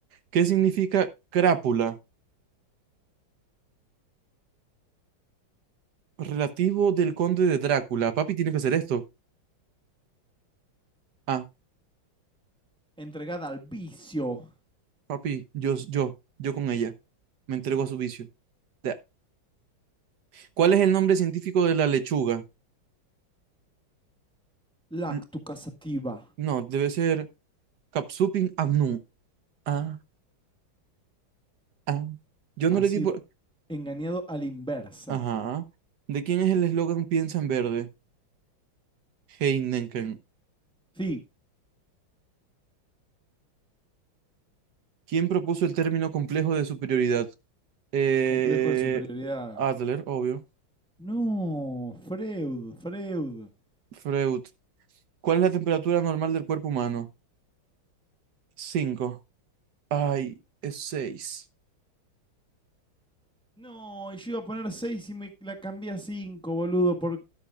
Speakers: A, on the right; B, in the centre.
A: ¿Qué significa crápula? Relativo del conde de Drácula. Papi, tiene que hacer esto. Ah,
B: Entregada al vicio.
A: papi, yo, yo, yo con ella. Me entrego a su vicio. Ya. ¿Cuál es el nombre científico de la lechuga?
B: lactucasativa
A: L- No, debe ser Capsupin annuum. Ah, ah. Yo no
B: ha
A: le
B: sido
A: di por...
B: engañado a la inversa.
A: Ajá. ¿De quién es el eslogan Piensa en verde? Heineken.
B: Sí,
A: ¿Quién propuso el término complejo de superioridad? Eh,
B: Complejo de superioridad.
A: Adler, obvio.
B: no, Freud, Freud.
A: Freud. ¿Cuál es la temperatura normal del cuerpo humano? cinco Ay, es seis
B: No, yo iba a poner seis y me la cambié a 5, boludo, por